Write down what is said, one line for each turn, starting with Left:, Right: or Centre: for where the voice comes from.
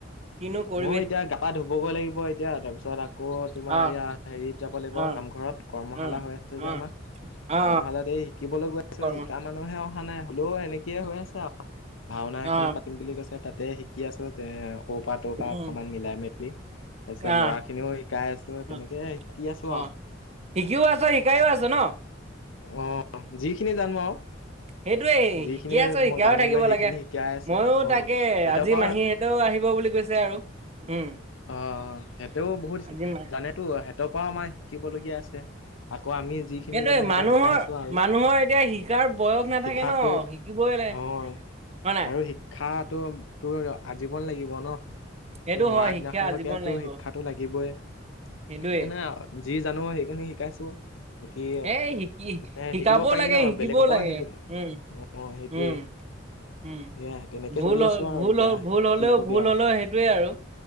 Right: কিনো কৰিবি
Left: ময়ো এতিয়া গা-পা ধুবগ লাগিব এতিয়া তাৰপিছত আকৌ তোমাৰ
Right: অ
Left: ইয়া হেৰিত যাব লাগিব
Right: অ
Left: নামঘৰত কৰ্মশালা
Right: অ
Left: হৈ আছে যে
Right: অ
Left: আমাৰ
Right: অ
Left: কৰ্মশালয়ত এই শিকিবলৈ গৈ আছো
Right: কৰ্ম
Left: শিকাম মানুহে অহা নাই হলেও এনেকে হৈ আছে ভাওনা
Right: অ
Left: এখন পাতিম বুলি কৈছে তাতে শিকি আছো যে ৰ পৰা তৰ পৰা
Right: উম
Left: অকমান মিলাই মেলি তাৰ পিছত
Right: আহ
Left: ল'ৰা খিনিও শিকাই আছো তেনেকে
Right: অ
Left: শিকি আছো
Right: অ
Left: আৰু
Right: শিকিও আছ শিকায়ও আছো ন।
Left: অ', যিখিনি জানো আৰু
Right: সেইটোৱেই
Left: যিখিনি
Right: শিকি আছো শিকাও
Left: মই জানোগৈ
Right: থাকিব
Left: সেইখিনি
Right: লাগে
Left: শিকাই আছো
Right: মইো
Left: অ'
Right: তাকে
Left: সিহঁতৰ
Right: আজি
Left: পৰাও
Right: মাহীহঁতেও আহিব বুলি কৈছে আৰু। উম
Left: অ', সিহঁতেও বহুত
Right: আজি মা
Left: জানেতো সিহঁতৰ পৰাও আমাৰ শিকিবলগীয়া আছে আকৌ আমি যিখিনি
Right: সেটোৱে
Left: জানো সিহঁতক
Right: মানুহৰ
Left: শিকাইছো আৰু
Right: মানুহৰ এতিয়া শিকাৰ বয়স নাথাকে
Left: শিক্ষাটো
Right: ন।
Left: অ'
Right: <unintelligible> হয় নাই
Left: আৰু শিক্ষাটো তোৰ আজীৱন লাগিব ন?
Right: সেইটো
Left: তোৰ মৰা
Right: হয় শিক্ষা
Left: দিনাখনলৈকে
Right: আজীৱন
Left: তো
Right: লাগিব
Left: শিক্ষাতটো লাগিব এ।
Right: সেইটোয়ে
Left: সেইকাৰণে আ যি জানো, সেইখিনি শিকাইছো। শিকি এ বা-
Right: এই শিকি
Left: মানে
Right: শিকাবও
Left: শিকিব পাৰি
Right: লাগে
Left: ন?
Right: শিকিবও
Left: বেলেগৰ পৰাও
Right: লাগে
Left: শিকম অ',
Right: উম
Left: সেইটোৱে।
Right: উম উম
Left: সেইয়া তেনেকে
Right: ভুল
Left: চলি
Right: হ
Left: আছো আৰু
Right: ভুল
Left: এতিয়া
Right: হ ভুল হলেও
Left: কি কবি
Right: ভুল
Left: আৰু।
Right: হলেও সেইটোয়ে আৰু